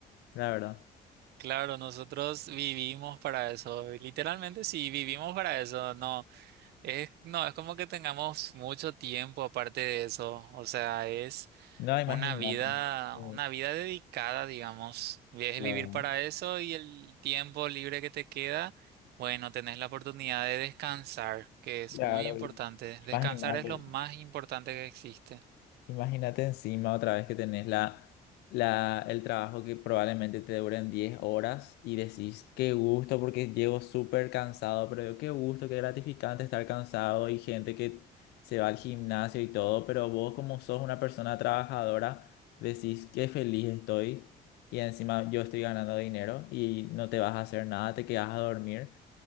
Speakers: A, on the left; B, on the right.
A: la verdad.
B: claro, nosotros vivimos para eso, literalmente sí, vivimos para eso, no. Es, no, es como que tengamos mucho tiempo aparte de eso. O sea, es
A: No, imagínate.
B: una vida,
A: Sí,
B: una vida dedicada, digamos. Es
A: Claro,
B: vivir para eso y el tiempo libre que te queda, bueno, tenés la oportunidad de descansar, que es
A: claro,
B: muy importante. Descansar
A: imagínate.
B: es lo más importante que existe.
A: Imagínate encima otra vez que tenés la, la, el trabajo que probablemente te duren 10 horas y decís, qué gusto porque llevo súper cansado, pero qué gusto, qué gratificante estar cansado y gente que se va al gimnasio y todo, pero vos como sos una persona trabajadora, decís, qué feliz estoy y encima yo estoy ganando dinero y no te vas a hacer nada, te quedas a dormir